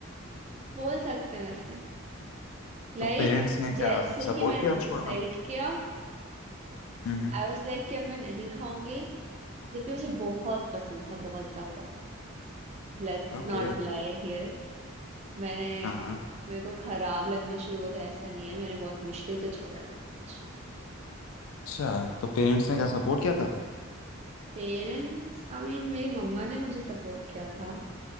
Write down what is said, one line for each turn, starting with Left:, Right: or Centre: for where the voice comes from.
Right: बोल सकते हैं वैसे लाइक
Left: तो पेरेंट्स ने
Right: जैसे
Left: क्या सपोर्ट
Right: ही मैंने
Left: किया
Right: डिसाइड
Left: छोड़ना
Right: किया
Left: हम्म हम्म,
Right: आई वाज लाइक कि अब मैं नहीं खाऊंगी जबकि मुझे बहुत पसंद था बहुत ज्यादा Let's
Left: ओके
Right: not lie here मैंने
Left: हाँ हाँ
Right: मेरे को खराब लगना शुरू हुआ था ऐसा नहीं है मैंने बहुत मुश्किल से छोड़ा नॉनवेज
Left: अच्छा तो पेरेंट्स ने क्या सपोर्ट किया था
Right: पेरेंट्स आई मीन मेरी मम्मा ने मुझे सपोर्ट किया था